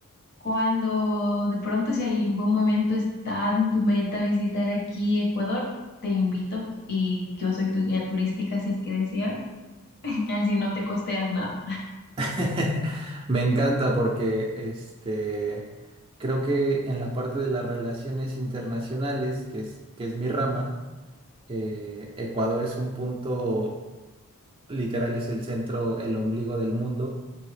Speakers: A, on the left; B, on the right.
A: cuando de pronto, si en algún momento está en tu meta visitar aquí Ecuador, te invito y yo soy tu guía turística si es que deseas. <laughs> Así no te costeas nada.
B: <laughs> Me encanta porque este creo que en la parte de las relaciones internacionales, que es, que es mi rama, eh, Ecuador es un punto, literal, es el centro, el ombligo del mundo.